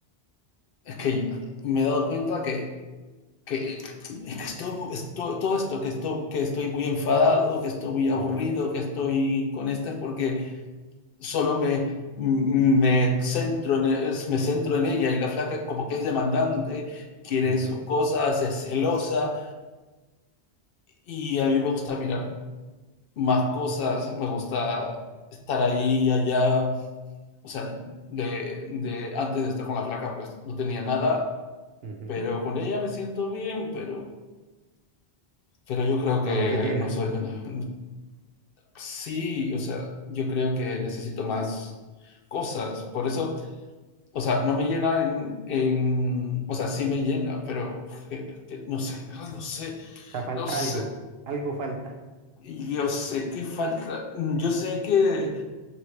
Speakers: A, on the left; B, on the right.
A: es que me he dado cuenta que, que, es que estoy, estoy- todo esto, que estoy, que estoy muy enfadado, que estoy muy aburrido,
B: ujú,
A: que estoy con este, es porque solo me, me, centro en, me centro en ella y la flaca como que es demandante, quiere
B: ujú,
A: sus cosas, es celosa y a mí me gusta mirar más
B: ujú,
A: cosas, me gusta estar ahí, y allá, o sea, de, de antes de estar con la flaca pues no tenía nada,
B: ujú.
A: pero con ella me siento bien, pero, pero yo creo
B: Pero
A: que
B: no te llena.
A: no soy una... Sí, o sea, yo creo que necesito más cosas, por eso O sea, no me llena en, en o sea, sí me llena, pero eh, que no sé, ah, no sé,
B: O sea, falta
A: no sé.
B: algo. Algo falta.
A: Y Yo sé que falta, Mm, yo sé que,